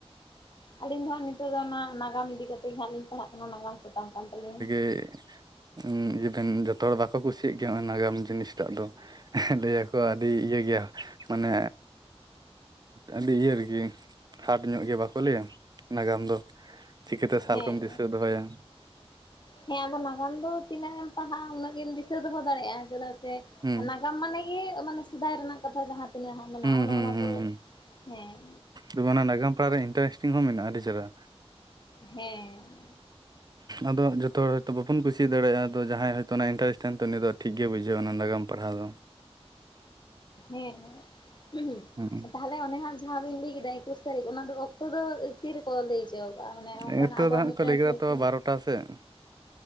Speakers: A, on the left (about 45°); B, on the right (about 40°).
A: ᱟᱞᱤᱧ ᱫᱚ ᱦᱟᱸᱜ ᱱᱤᱛᱚᱜ ᱫᱚ ᱚᱱᱟ ᱱᱟᱜᱟᱢ ᱤᱫᱤ ᱠᱟᱛᱮᱜ ᱜᱮ ᱦᱟᱸᱜ ᱞᱤᱧ ᱯᱟᱲᱦᱟᱜ ᱠᱟᱱᱟ ᱱᱟᱜᱟᱢ ᱥᱟᱛᱟᱢ ᱠᱟᱱ ᱛᱟᱞᱤᱧ᱾
B: ᱮ ᱩᱸ ᱡᱮᱵᱮᱱ ᱡᱚᱛᱚ ᱦᱚᱲ ᱵᱟᱠᱚ ᱠᱩᱥᱤᱭᱟᱜ ᱜᱮᱭᱟ ᱚᱱᱟ ᱱᱟᱜᱟᱢ ᱡᱤᱱᱤᱥ ᱴᱟᱜ ᱫᱚ ᱾ ᱞᱟᱹᱭᱟᱠᱚ ᱟᱹᱰᱤ ᱤᱭᱟᱹ ᱜᱮᱭᱟ ᱢᱟᱱᱮ ᱟᱹᱰᱤ ᱤᱭᱟᱹ ᱟᱨᱠᱤ, ᱦᱟᱴ ᱧᱚᱜ ᱜᱮᱭᱟ ᱵᱟᱠᱚ ᱞᱟᱹᱭᱟ ᱱᱟᱜᱟᱢ ᱫᱚ? ᱪᱤᱠᱟᱹᱛᱮ ᱥᱟᱞ
A: ᱦᱮᱸ
B: ᱠᱚᱢ ᱫᱤᱥᱟᱹ ᱫᱚᱦᱚᱭᱟ᱾
A: ᱦᱮᱸ ᱟᱫᱚ ᱱᱟᱜᱟᱢ ᱫᱚ ᱛᱤᱱᱟᱹᱜ ᱜᱮᱢ ᱯᱟᱲᱦᱟᱜ-ᱟ ᱾ ᱩᱱᱟᱹᱜ ᱜᱮᱢ ᱫᱤᱥᱟᱹ ᱫᱚᱦᱚᱸ ᱫᱟᱲᱮᱭᱟᱜ-ᱟ ᱾ ᱪᱮᱫᱟᱜ ᱥᱮ
B: ᱦᱩᱸ
A: ᱱᱟᱜᱟᱢ ᱢᱟᱱᱮ ᱜᱮ ᱢᱟᱱᱮ ᱥᱮᱫᱟᱭ ᱨᱮᱱᱟᱜ ᱠᱟᱛᱷᱟ ᱡᱟᱦᱟᱸ ᱛᱤᱱᱟᱹᱜ ᱦᱟᱸᱜ ᱢᱮᱱᱟᱜ-ᱟ᱾
B: ᱦᱩᱸ
A: ᱚᱱᱮ
B: ᱦᱩᱸ
A: ᱚᱱᱟ
B: ᱦᱩᱸ
A: ᱠᱚ
B: ᱦᱩᱸ
A: ᱦᱮᱸ
B: ᱛᱚᱵᱮ ᱚᱱᱟ ᱱᱟᱜᱟᱢ ᱯᱟᱲᱦᱟᱜ ᱨᱮ, ᱤᱱᱴᱟᱨᱮᱥᱴᱤᱝ ᱦᱚᱸ ᱢᱮᱱᱟᱜ-ᱟ᱾ ᱟᱹᱰᱤ ᱪᱮᱦᱨᱟ᱾
A: ᱦᱮᱸ
B: ᱟᱫᱚ ᱡᱚᱛᱚ ᱦᱚᱲ ᱦᱚᱭᱛᱳ ᱵᱟᱵᱚᱱ ᱠᱩᱥᱤᱭ ᱫᱟᱲᱮᱭᱟᱜ-ᱟ ᱾ ᱟᱫᱚ ᱡᱟᱦᱟᱸᱭ ᱦᱚᱳᱭᱛᱳ ᱚᱱᱟ ᱤᱱᱴᱟᱨᱮᱥᱴ ᱛᱟᱦᱮᱱ ᱛᱚ ᱩᱱᱤ ᱫᱚ ᱴᱷᱤᱠ ᱜᱮ ᱵᱩᱡᱷᱟᱹᱣᱟ ᱾ ᱚᱱᱟ ᱱᱟᱜᱟᱢ ᱯᱟᱲᱦᱟᱣ ᱫᱚ᱾
A: ᱦᱮᱸ ᱦᱮᱸ
B: ᱦᱩᱸ
A: ᱛᱟᱦᱚᱞᱮ ᱚᱱᱮᱦᱟᱜ ᱡᱟᱦᱟᱸ ᱵᱮᱱ ᱞᱟᱹᱭ ᱠᱮᱫᱟ᱾ ᱮᱠᱩᱥ ᱛᱟᱹᱨᱤᱠᱷ ᱚᱱᱟ ᱫᱚ ᱩᱱᱠᱩ ᱫᱚ ᱛᱤ ᱨᱮᱠᱚ ᱞᱟᱹᱭ ᱦᱚᱪᱚᱸ ᱠᱟᱜ-ᱟ᱾ ᱢᱟᱱᱮ
B: ᱱᱤᱛᱚᱜ
A: ᱚᱱᱠᱟᱱᱟᱜ ᱟᱵᱚᱣᱟᱜ
B: ᱫᱚ ᱦᱟᱸᱜ
A: ᱢᱤᱫᱴᱮᱱ
B: ᱠᱚ ᱞᱟᱹᱭ ᱠᱮᱫᱟ
A: ᱴᱷᱟᱹᱣᱠᱟᱹ
B: ᱛᱚ ᱵᱟᱨᱚᱴᱟ ᱥᱮᱫ